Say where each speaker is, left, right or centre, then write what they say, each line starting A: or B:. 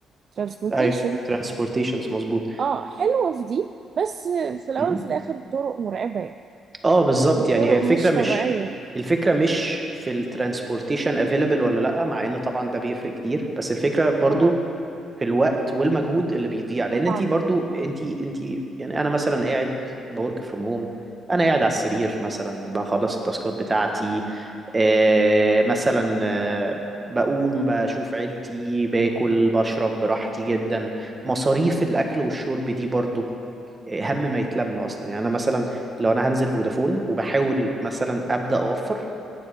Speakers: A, on the right; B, on the right.
A: ترانسبورتيشن
B: ايوه transportations مظبوط
A: اه حلوة في دي بس آه، في الاول
B: مم.
A: وفي الاخر الطرق مرعبة يعني
B: اه بالظبط
A: الطرق
B: يعني هي الفكرة
A: مش
B: مش
A: طبيعية
B: الفكرة مش في ال transportation available ولا لأ مع ان طبعا ده بيفرق كتير بس الفكرة برضو
A: اه
B: في الوقت والمجهود اللي بيضيع لان
A: طبعا
B: انت برضو
A: طبعا
B: انت انت يعني انا مثلا قاعد بورك فروم هوم انا قاعد على السرير مثلا بخلص التاسكات بتاعتي آه مثلا آه بقوم بشوف عيلتي باكل بشرب براحتي جدا مصاريف الاكل والشرب دي برضو آه، هم ما يتلم اصلا يعني انا مثلا لو انا هنزل فودافون وبحاول مثلا ابدا اوفر